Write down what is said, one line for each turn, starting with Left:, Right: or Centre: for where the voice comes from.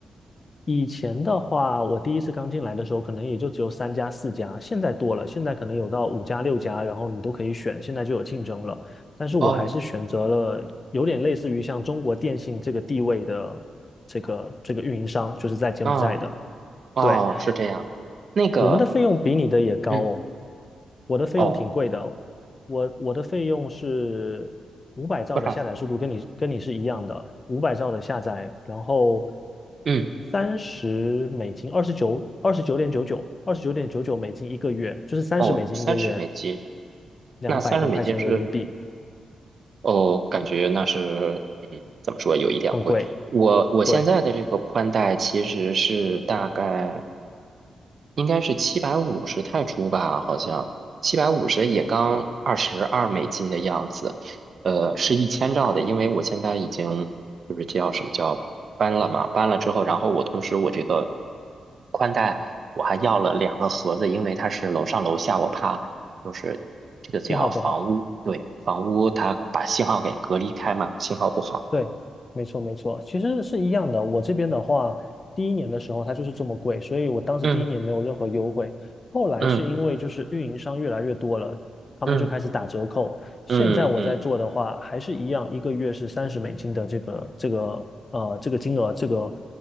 Left: 以前的话，我第一次刚进来的时候，可能也就只有三家、四家，现在多了，现在可能有到五家、六家，然后你都可以选，现在就有竞争了。但是我还是选择了有点类似于像中国电信这个地位的这个这个运营商，
Right: 哦，
Left: 就是在柬埔寨的。
Right: 啊，哦，
Left: 对，
Right: 是这样。那个，
Left: 我们的费用比你的也高哦，
Right: 嗯，
Left: 我的费用挺贵的哦我我的费用是五百兆的下载速度跟你跟你是一样的，
Right: 哦，多少？
Left: 五百兆的下载，然后
Right: 嗯，
Left: 三十美金，二十九二十九点九九，二十九点九九美金一个月，就是三十美金一个月，
Right: 哦，三十美金。
Left: 两百多块钱人民币，
Right: 那三十美金是哦，感觉那是，嗯，怎么说，有一点贵。
Left: 很贵，
Right: 我我现在的这个宽带其实是大概
Left: 对，
Right: 应该是七百五十泰铢吧，好像七百五十也刚二十二美金的样子，呃，是一千兆的，因为我现在已经就是叫什么叫搬了嘛，搬了之后，然后我同时我这个宽带我还要了两个盒子，因为它是楼上楼下，我怕就是这个叫房屋，
Left: 信号不好？
Right: 对，房屋它把信号给隔离开嘛，信号不好。
Left: 对，没错没错，其实是一样的。我这边的话，第一年的时候它就是这么贵，所以我当时第一年没有任何优惠。
Right: 嗯
Left: 后来是因为就是运营商越来越多了，
Right: 嗯
Left: 他们就开始打折扣。
Right: 嗯
Left: 现在我在做的话，
Right: 嗯嗯
Left: 还是一样，一个月是三十美金的这个这个呃这个金额这个